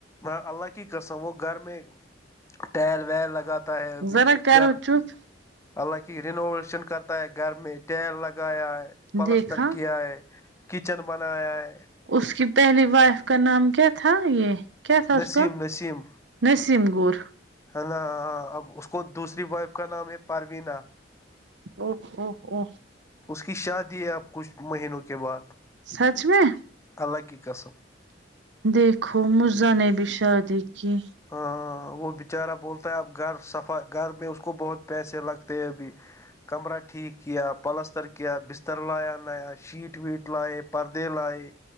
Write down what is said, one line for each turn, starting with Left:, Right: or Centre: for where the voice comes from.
Left: ہ اللہ کی قسم وہ گھر میں ٹائیر ویر لگاتا ہے ابھی
Right: ذرا کرو
Left: گھر
Right: چپ
Left: حالانک رینوویشن کرتا ہے گھر میں ٹیر لگایا ہے پلستر
Right: دیکھا
Left: کیا ہے کچن بناائے ہے
Right: اس کی پہلی وائف کا نام کیا تھا یہ کیا تھا اس
Left: نسیم
Right: کا
Left: نسیم
Right: نسیم گور
Left: ہے نا اب اس کو دوسری وائف کا نام ہے پروینا
Right: ا او او
Left: اس کی شادی ہے آپ کچھ مہینوں کے بعد
Right: سچ میں
Left: الگ کی قسم
Right: دیکھو مرزا نے بھی شادی کی
Left: ہاں وہ بچارہ بولتا ہے اب گھر صفا گھر میں اس کو بہت پیسے لگتے ہیں ابھی کمرہ ٹھیک کیا پلستر کیا بستر لایا نیا شیٹ ویٹ لائے پردے لائے